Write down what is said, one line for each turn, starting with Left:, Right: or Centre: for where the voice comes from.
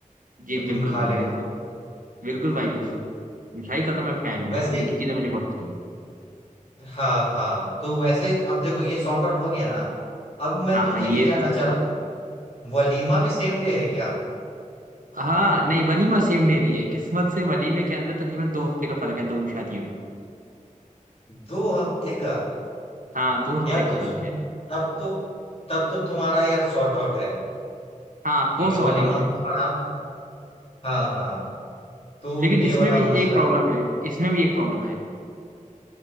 Right: जी
Left: तो तुम
Right: बिल्कुल
Left: खा
Right: भाई
Left: लेना
Right: बिल्कुल बिल्कुल भाई बिल्कुल मिठाई का तो मैं फैन मतलब
Left: वैसे
Right: मीठी चीजें मुझे बहुत पसंद है
Left: हाँ हाँ तो वैसे अब देखो ये सॉर्ट आउट हो गया ना अब मैं
Right: हाँ
Left: तुमसे
Right: हाँ ये
Left: ये जानना
Right: तो
Left: चाह रहा हूँ कि वलीमा भी सेम डे है क्या
Right: हाँ नहीं वलीमा सेम डे नहीं है किस्मत से वलीमे के अंदर तकरीबन दो हफ्ते का फर्क है दोनों शादियों में
Left: दो हफ्ते का
Right: हाँ दो हफ्ते
Left: यार
Right: का
Left: तो
Right: फर्क
Left: सुन
Right: है
Left: तब तो तब तो तुम्हारा यार शॉर्ट आउट है
Right: हाँ
Left: ठीक
Right: वो सॉर्ट
Left: है वलीमा
Right: आउट
Left: में
Right: है
Left: तो आराम हाँ हाँ तो
Right: लेकिन
Left: ये
Right: इसमें
Left: वाला
Right: भी
Left: मसला
Right: एक प्रॉब्लम है इसमें भी एक प्रॉब्लम है